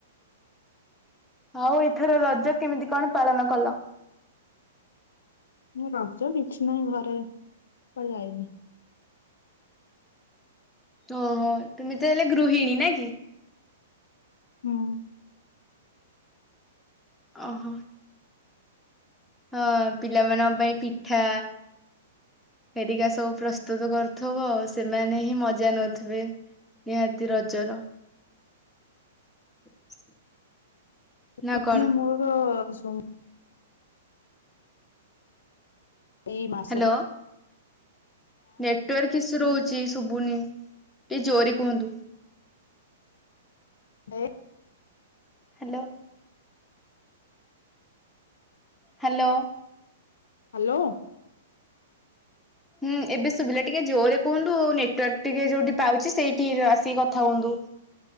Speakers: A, in the centre; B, on the left.
A: ଆଉ ଏଥର ରଜ କେମିତି କଣ ପାଳନ କଲ
B: ମୁଁ ରଜ କିଛି ନାହିଁ ଘରେ କୁଆଡେ ଯାଇନି।
A: ତହ ତୁମି ତ ହେଲେ ଗୃହିଣୀ ନ କି?
B: ହୁଁ।
A: ଓହୋ ହଁ ପିଲାମାନଙ୍କ ପାଇଁ ପିଠା ହେରିକା ସବୁ ପ୍ରସ୍ତୁତ କରୁଥିବ ସେମାନେ ହିଁ ମଜା ନଉଥିବେ। ନିହାତି ରଜର <inaudible>
B: ଏପଟରେ
A: କଣ?
B: ମୋର ସୁମ୍ ଏଇ ମା
A: ହଁ। ନେଟୱାର୍କ ଇସ୍ସୁ ରହୁଛି ଶୁଭୁନି ଟିକେ ଜୋରି କୁହନ୍ତୁ।
B: ହ <unintelligible>
A: ହାଲୋ। ହାଲୋ।
B: ହାଲୋ।
A: ହୁଁ ଏବେ ସୁବିଲା ଟିକେ ଜୋରରେ କୁହନ୍ତୁ ଆଉ ନେଟୱାର୍କ ଟିକେ ଯୋଉଠି ପାଉଛି ସେଇଠି ଆସିକି କଥା ହୁଅନ୍ତୁ।